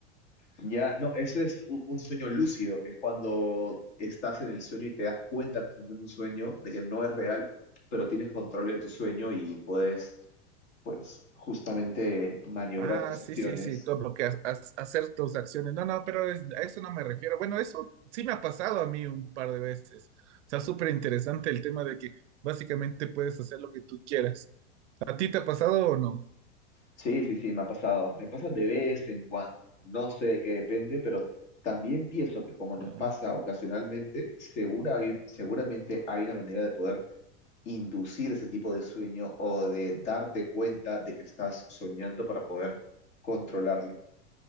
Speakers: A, on the left; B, on the right.
A: ya, no, eso es u- un sueño lúcido, que es cuando estás en el sueño y te das cuenta que estás en un sueño, de que no es real, pero tienes control de tu sueño y puedes pues justamente maniobrar
B: Ah,
A: tus
B: sí,
A: acciones.
B: sí, sí, como que ha- ha- hacer tus acciones. No, no, pero es- a eso no me refiero. Bueno, eso sí me ha pasado a mí un par de veces. O sea, súper interesante el tema de que básicamente puedes hacer lo que tú quieras. ¿A ti te ha pasado o no?
A: Sí, sí, sí, me ha pasado. Me pasa de vez en cuando. No sé de qué depende, pero también pienso que como nos
B: Ya.
A: pasa ocasionalmente, segura hay- seguramente hay una manera de poder inducir ese tipo de sueño o de darte cuenta de que estás soñando para poder controlarlo.